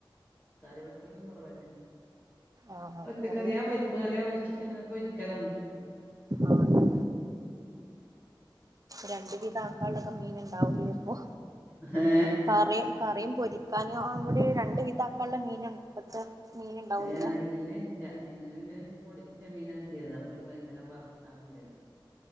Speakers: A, on the left; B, on the right.
A: കറി വെക്കല്ല കൊറവല്ലെ.
B: ആഹ്
A: പച്ചക്കറിയോ
B: കറിവെപ്പ്
A: പരിപ്പ് കറിയോ വെച്ചിട്ട് അങ്ങനെ പൊരി കലാണ്.
B: ആഹ് അങ്ങനെ രണ്ടു വിധ ആക്കാള്ളക്കൊ മീൻ ഇണ്ടാവൊല്ലൊ ഇപ്പൊ
A: ഹേ
B: കറി കറിയും പൊരിക്കാനും കൂടി രണ്ടു വിതാക്കാള്ള മീനുണ്ട്. ഇപ്പത്തെ മീന് ഇണ്ടാവൂല്ല
A: ഏഹ് ഇല്ല ഇല്ല ഇന്ന് പിന്നെ വെച്ചാ പൊടിച്ച മീന കിട്ടിയതാ ഇപ്പോ വൈകുന്നരം വറക്കാന്ന് വിചരിച്ചു